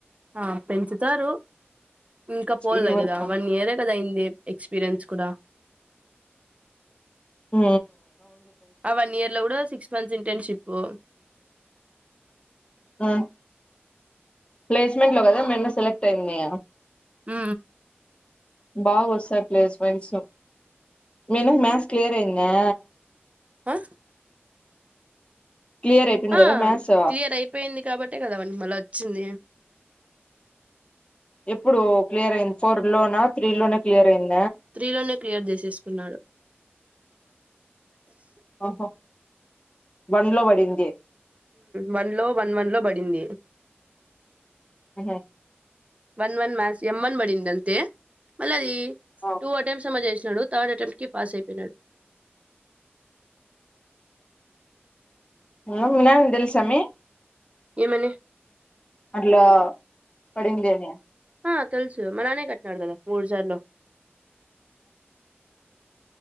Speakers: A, on the right; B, on the left.
A: ఆ పెంచుతారు ఇంకా పోలేదు
B: ఫీల్డ్ వర్క్
A: కదా వన్ ఇయరే కదా అయిం ఎ ఎక్స్పీరియన్స్ కూడా
B: ఊ
A: ఆ వన్ ఇయర్ లో కూడా సిక్స్ మంత్స్ ఇంటర్నెషిప్పు.
B: ఆ ప్లేస్మెంట్ లో కదా మీ అన్న సెలెక్ట్ అయింది.
A: ఊ
B: బాగా వస్తాయి ప్లేస్మెంట్సు మీ అన్న కి మ్యాథ్స్ క్లియర్ అయిందా.
A: ఆ
B: క్లియర్ అయిపోయింది
A: ఆ
B: కదా మ్యాథ్స్
A: క్లియర్ అయిపోయింది కాబట్టే కదండి మళ్ళ వచ్చింది.
B: ఎప్పుడో క్లియర్ అయింది ఫోర్ లోనా త్రీ లోనే క్లియర్ అయింది.
A: త్రి లోనే క్లియర్ చేసేసుకున్నాడు.
B: అహా వన్లో పడింది.
A: వన్ లో వన్ వన్ లో పడింది.
B: అహ
A: వన్ వన్ మ్యాథ్స్ ఎంమ్ వన్ పడింది అంతే మళ్లీ అది
B: ఆ
A: టూ అటెంప్స్ థర్డ్ అటెంప్ట్ కి పాస్ అయిపోయినాడు.
B: ఇంగ మీ నాయనకి తెలుసా మే
A: ఏమని
B: ఇలా పడింది అని.
A: ఆ తెలుసు మాలానే కట్టినాడు కదా మూడుసార్లు